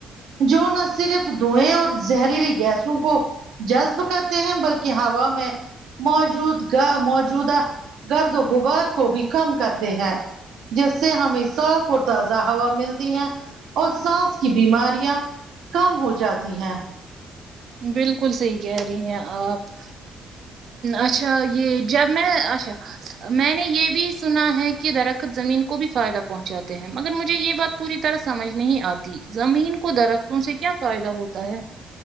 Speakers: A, on the right (about 80°); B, on the right (about 60°).
A: جو نہ صرف دھویں اور زہریلی گیسوں کو جذب کرتے ہیں بلکہ ہوا میں موجود گ موجودہ گرد و غبار کو بھی کم کرتے ہیں جس سے ہمیں صاف اور تازہ ہوا ملتی ہے اور سانس کی بیماریاں کم ہو جاتی ہیں
B: بالکل صحیح کہہ رہی ہیں آپ اچھا یہ جب میں اچھا میں نے یہ بھی سنا ہے کہ درخت زمین کو بھی فائدہ پہ پہنچاتے ہیں مگر مجھے یہ بات پوری طرح سمجھ نہیں آتی زمین کو درخت تو ان سے کیا فائدہ ہوتا ہے